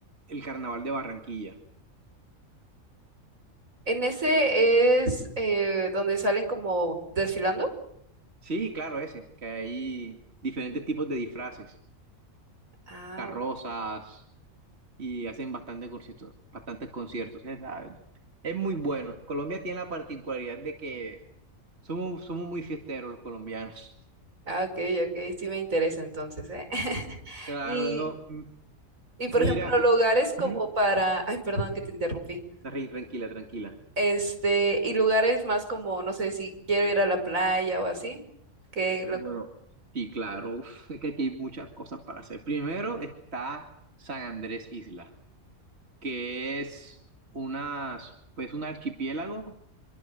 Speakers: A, on the right (about 50°); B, on the right (about 75°).
A: el carnaval de Barranquilla.
B: ¿En ese es eh, donde salen como desfilando?
A: Sí, claro, ese, que hay diferentes tipos de disfraces,
B: Ah,
A: carrozas,
B: ok,
A: y hacen bastante conciertos, bastantes conciertos. Es, ah, es muy bueno. Colombia tiene la particularidad de que somos, somos muy fiesteros los colombianos. <laughs>
B: ah, ok, ok, sí me interesa entonces, ¿eh? <laughs>
A: Claro,
B: Y
A: no, m-
B: Y
A: mira,
B: por ejemplo,
A: y-
B: lugares como
A: Ujú.
B: para, ay, perdón que te interrumpí.
A: Darry, tranquila, tranquila.
B: Este, y lugares más como, no sé, si quiero ir a la playa o así, que lo...
A: Bueno, sí, claro, uf, es que aquí hay muchas cosas para hacer. Primero está San Andrés Isla, que es unas, pues un archipiélago